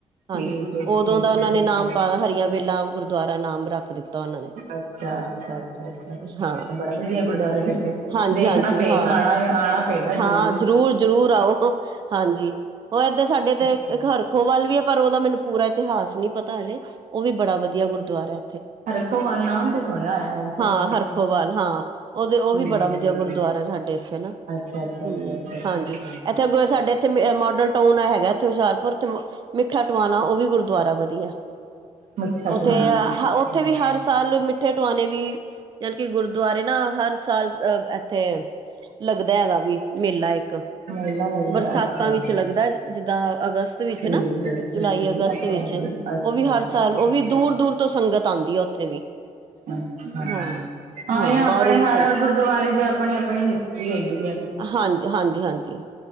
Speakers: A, on the right; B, on the right.
A: ਹਾਂਜੀ,
B: ਠੀਕ ਏ ਜੀ,
A: ਉਦੋਂ ਦਾ ਓਨਾਂ
B: ਠੀਕ ਏ, ਠੀਕ
A: ਨੇ ਨਾਮ
B: ਏ।
A: ਪਾ ਤਾ, ਹਰੀਆਂ ਵੇਲਾਂ ਗੁਰਦੁਆਰਾ ਨਾਮ ਰੱਖ ਦਿੱਤਾ ਉਹਨਾਂ ਨੇ।
B: ਅੱਛਾ, ਅੱਛਾ, ਅੱਛਾ, ਅੱਛਾ
A: ਹਾਂ
B: ਐ ਤੇ ਬੜਾ ਵਦੀਆ ਗੁਰਦੁਆਰਾ ਫੇਰ ਤੇ।
A: ਹਾਂਜੀ,
B: ਦੇਖਣਾ
A: ਹਾਂਜੀ,
B: ਪਏਗਾ,
A: ਹਾਂ,
B: ਆਣਾ, ਆਣਾ ਪਏਗਾ
A: ਹਾਂ
B: ਜ਼ਰੂਰ।
A: ਜਰੂਰ, ਜਰੂਰ ਆਓ। ਹਾਂਜੀ, ਓ ਏਦੇ ਸਾਡੇ ਤੇ
B: ਅੱਛਾ,
A: ਇੱਕ ਖਰਖੋ ਵੱਲ ਵੀ ਪਰ ਓਦਾ ਮੈਨੂੰ ਪੂਰਾ ਇਤਿਹਾਸ ਨੀ ਪਤਾ ਹਜੇ, ਓ ਵੀ ਬੜਾ ਵਦੀਆ ਗੁਰਦੁਆਰੈ।
B: ਹਰਖੋਵਾਲ ਨਾਮ ਤੇ ਸੁਣਿਆ ਹੋਇਆ ਹਰਖੋਵਾਲ,
A: ਹਾਂ, ਹਰਖੋਵਾਲ ਹਾਂ, ਓਦੇ ਓ
B: ਠੀਕ
A: ਵੀ ਬੜਾ ਵਦੀਆ
B: ਏ।
A: ਗੁਰਦੁਆਰਾ ਐ ਸਾਡੇ ਇਥੇ ਨਾ ਹੂੰ,
B: ਅੱਛਾ, ਅੱਛਾ, ਅੱਛਾ, ਅੱਛਾ, ਅੱਛਾ,
A: ਹਾਂਜੀ
B: ਅੱਛਾ
A: ਐਥੇ ਸਾਡੇ ਐਥੇ ਮੋਡਲ ਟਾਊਨ ਆ ਹੈਗੈ। ਐਥੇ ਹੁਸ਼ਿਆਰਪੁਰ ਤੇ ਮਿੱਠਾ ਟਵਾਨਾ, ਓ ਵੀ ਗੁਰਦੁਆਰਾ ਵਦੀਐ।
B: ਮਿੱਠਾ ਦਵਾਣਾ
A: ਉਥੇ ਅ
B: ਅੱਛਾ।
A: ਉਥੇ ਵੀ ਹਰ ਸਾਲ ਮਿੱਠੇ ਟੁਆਨੇ ਵੀ ਜਲ ਕਿ ਗੁਰਦੁਆਰੇ ਨਾ ਹਰ ਸਾਲ ਅ ਐਥੇ, ਲੱਗਦੈ ਐਦਾ ਵੀ ਮੇਲਾ ਏਕ।
B: ਮੇਲਾ ਲੱਗਦਾ
A: ਬਰਸਾਤਾਂ
B: ਅੱਛਾ
A: ਵਿੱਚ
B: ਜੀ।
A: ਲੱਗਦਾ ਜਿੱਦਾਂ ਅਗਸਤ ਵਿੱਚ
B: ਠੀਕ
A: ਨਾ
B: ਏ,
A: ਜੁਲਾਈ,
B: ਠੀਕ ਏ
A: ਅਗਸਤ
B: ਜੀ, ਅੱਛਾ,
A: ਵਿੱਚ
B: ਜੀ ਅੱਛਾ,
A: ਉਹ ਵੀ ਹਰ
B: ਅੱਛਾ,
A: ਸਾਲ
B: ਅੱਛਾ।
A: ਉਹ ਵੀ
B: ਅੱਛਾ।
A: ਦੂਰ-ਦੂਰ ਤੋਂ ਸੰਗਤ ਆਉਂਦੀ ਆ ਉੱਥੇ ਵੀ।
B: ਅੱਛਾ
A: ਹਾਂ
B: ਹਾਂ ਇਹ ਆਪਣੇ
A: ਬਾਹਰੋਂ ਦੀ
B: ਹਰ
A: ਸੰਗ
B: ਗੁਰਦੁਆਰੇ ਦੀ ਆਪਣੀ-ਆਪਣੀ ਹਿਸਟਰੀ ਹੈਗੀ ਹੈ।
A: ਹਾਂਜ ਹਾਂਜੀ-ਹਾਂਜੀ,